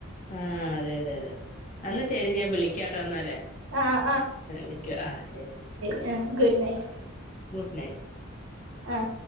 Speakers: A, on the left; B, on the right.
A: ആഹ് അതെ അതെ അന്ന് ശരി ഞാൻ വിളിക്കാട്ടോ ന്നാല്
B: ആഹ്
A: വിക്കൂ ആ ശരി എന്നാ.
B: ഞാനും ഗുഡ് നൈറ്റ്
A: ഗുഡ് നൈറ്റ്
B: ആഹ്